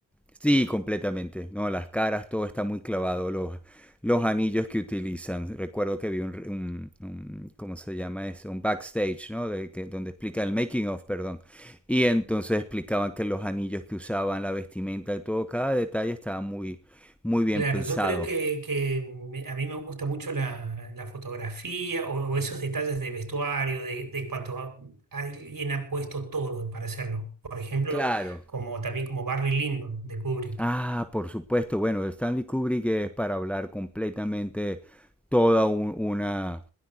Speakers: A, in the centre; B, on the right.
A: Sí, completamente. No, las caras, todo está muy clavado, los, los anillos que utilizan. Recuerdo que vi un, un- un- ¿cómo se llama eso? Un backstage, ¿no? De que, donde explican el making of, perdón. Y entonces explicaban que los anillos que usaban, la vestimenta y todo, cada detalle estaba muy, muy bien
B: Claro,
A: pensado.
B: yo creo que, que me- a mí me gusta mucho la, la fotografía o, o esos detalles de vestuario, de, de cuando a- alguien ha puesto todo para hacerlo. Por ejemplo,
A: Claro.
B: como también como Barry Lyndon de Kubrick.
A: Ah, por supuesto. Bueno, Stanley Kubrick es para hablar completamente toda un- una,